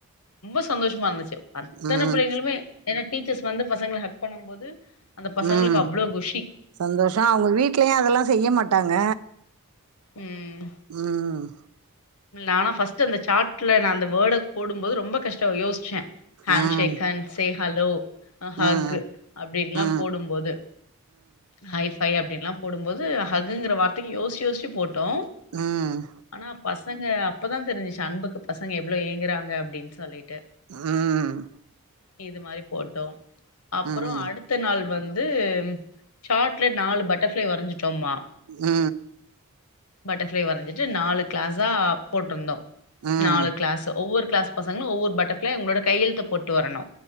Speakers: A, on the left; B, on the right.
A: ரொம்ப சந்தோஷமா இருந்துச்சு அத்தனை
B: ம்
A: புள்ளைங்களுமே ஏன்னா டீச்சர்ஸ் வந்து பசங்கள ஹக் பண்ணும் போது அந்த பசங்களுக்கு
B: ம்
A: அவ்ளோ குஷி
B: சந்தோஷ அவுங்க வீட்லயு அதெல்லா செய்ய மாட்டாங்க
A: ம்
B: ம்
A: ஆனா ஃபர்ஸ்ட்டு அந்த சாட்ல நா அந்த வேர்ட போடும்போது ரொம்ப கஷ்டம் யோசிச்ச ஹாண்ட்
B: ம்
A: ஷேக் ஹாண்ட் ஹலோ ஆ
B: ம்
A: ஹக் அப்டின்னுல்லா
B: ம்
A: போடும்போது ஹை ஃபை அப்டின்லா போடும் போது ஹஃகுங்கிற வார்த்தைக்கு யோசிச் யோசிச்சு போட்டோ
B: ம்
A: ஆனா பசங்க அப்பதா தெரிஞ்சிச்சு அன்புக்கு பசங்க எவ்வளோ ஏங்குறாங்க அப்டின்னு சொல்லி ட்டு
B: ம் ம்
A: இது மாரி போட்டோ அப்புற
B: ம் ம்
A: அடுத் த நாள் வந்து சாட்ல நாலு பட்டர்ஃப்ளை வரஞ்சிட்டோம்மா
B: ஆ
A: பட்டர்ஃப்ளை வரஞ்சிட்டு நாலு கிளாஸா போட்டுருந்தோ
B: ம்
A: நாலு கிளாஸ் ஒவ்வொரு கிளாஸ் பசங்களும் ஒவ்வொரு பட்டர்ஃப்ளை உங்களோட கையழுத்த போட்டு வரணு